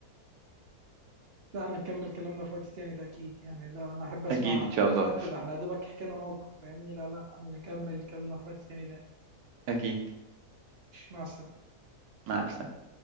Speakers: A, on the right; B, on the right.
A: لا احنا نكمل كلامنا في وقت تاني ده اكيد يعني لا انا احب اسمع
B: اكيد ان شاء الله
A: حتى ده احنا يا دوبك حكينا موقف فاهمني لا لا نكمل كلامنا في وقت تاني ده اكيد
B: اكيد
A: مع السلامة
B: مع السلامه